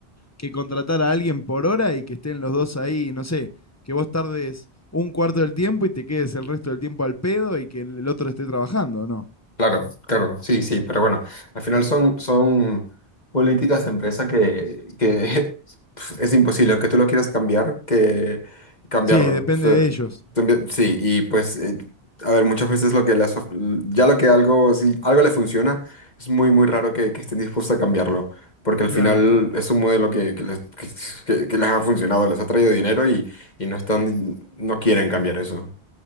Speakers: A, on the left (about 15°); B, on the left (about 40°).
A: que contratar a alguien por hora y que estén los dos ahí, no sé, que vos tardes un cuarto del tiempo y te quedes el resto del tiempo al pedo y que el otro esté trabajando, ¿no?
B: Claro, claro, sí, sí, pero bueno, al final son, son políticas de empresa que, que <laughs> es imposible, aunque tú lo quieras cambiar, que cambiarlo.
A: Sí, depende
B: O sea,
A: de ellos.
B: también- sí, y pues, eh, a ver, muchas veces lo que las, of- ya lo que algo, si algo le funciona, es muy, muy raro que, que estén dispuestos a cambiarlo, porque al
A: Claro,
B: final es un modelo que, que les, que- que- que les ha funcionado, les ha traído dinero y, y no están, no quieren cambiar eso.